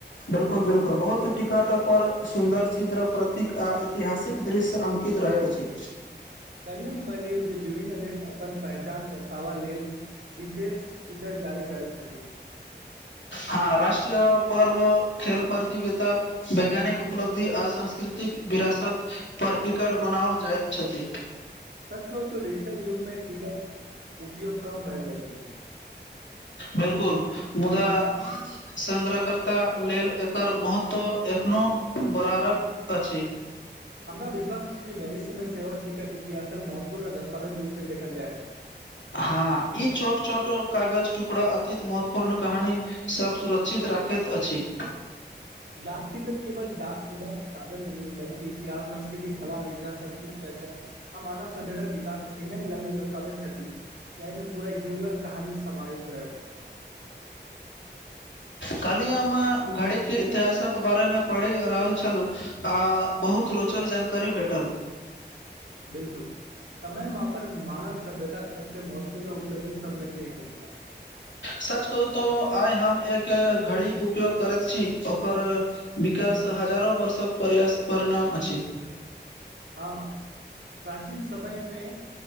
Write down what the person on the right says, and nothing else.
कलियम पलियो जे विभिन्न देश अपन पहचान दर्शाबऽ लेल विशेष शिकर जारी करै छथि
सच कहू त डिजिटल युग मे टीकट उपयोग कम भए रह छै
हमरा विश्वास अछि जे भविष्यमे सेहो टिकट इतिहासक महत्वपूर्ण दस्तावेज रूपमे देखल जायत ह <unintelligible>
डाक टिकट केवल डाक सुधा साधन नहि बल्कि इतिहास संस्कृति कला विज्ञान संस्कृति आ मानव सभ्यताक विकास एहन लघु बताबैत छथि जाहिमे पूरा युवा कहानी समाहित रहैत अछि
बिलकुल समय मापन मानव सभ्यताक सबसँ महत्वपूर्ण उपलब्धि सबमे से एक आछि
हँ प्राचीन समयमे